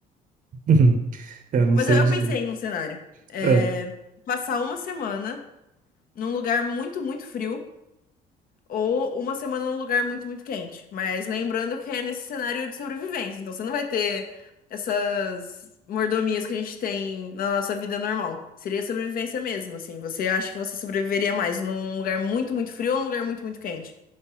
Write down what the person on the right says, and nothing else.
<laughs> Eu não
sei
dizer.
É.